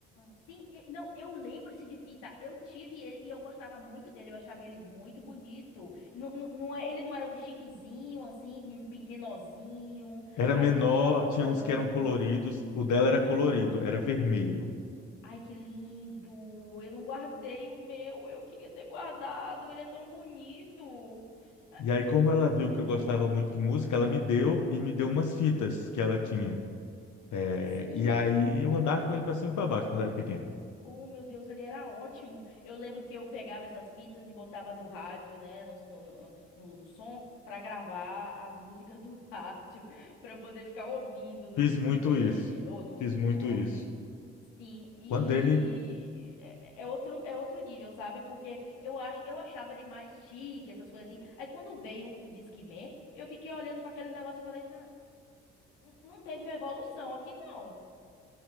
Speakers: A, on the left; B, on the left.
A: Sim, e- não, eu lembro esse de fita. Eu tive ele e eu gostava muito dele. Eu achava ele muito bonito. Não, não, não é- ele não era um chiquezinho, assim, um pe- menorzinho.
B: Era
A: Aí
B: menor,
A: eu gostava
B: tinha
A: tanto.
B: uns que eram coloridos, o dela era colorido,
A: Sim.
B: era vermelho.
A: Ai, que lindo! Eu não guardei o meu. Eu queria ter guardado. Ele é tão bonito. Ah,
B: E aí, como
A: o-
B: ela viu que eu gostava muito de música, ela me deu e me deu umas fitas que ela tinha. É,
A: Sim.
B: e aí eu andava com ele para cima e para baixo quando era pequeno.
A: Oh, meu Deus, ele era ótimo. Eu lembro que eu pegava essas fitas e botava no rádio, né, no, no, no, no- no som, pra gravar as músicas do <laughs> rádio, pra eu poder ficar ouvindo no
B: Fiz
A: Discman,
B: muito isso.
A: ou no,
B: Fiz
A: no,
B: muito
A: no Walkman.
B: isso.
A: Sim, e
B: Quando ele.
A: é é outro, é outro nível, sabe? Porque eu acho, eu achava ele mais chique, essas coisas assim. Aí quando veio o Discman, eu fiquei olhando pra aquele negócio e falei, "Na- não teve uma evolução aqui, não.